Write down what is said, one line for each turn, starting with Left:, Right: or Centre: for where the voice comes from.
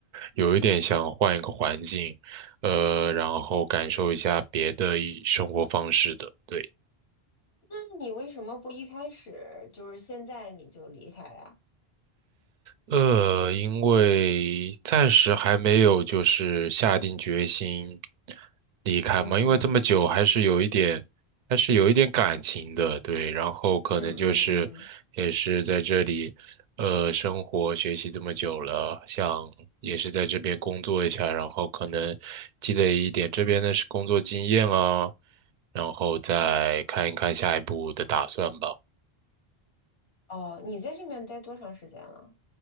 Right: 有一点想换一个环境，呃，然后感受一下别的一生活方式的。对。
Left: 那你为什么不一开始就是现在你就离开呀？
Right: 呃，因为暂时还没有就是下定决心离开嘛，
Left: 嗯
Right: 因为这么久还是有一点，还是有一点感情的，对，然后可能就是也是在这里，
Left: 嗯嗯嗯
Right: 呃，生活学习这么久了，想也是在这边工作一下，然后可能积累一点这边的是工作经验啊，然后再看一看下一步的打算吧。
Left: 嗯。哦，你在这边待多长时间了？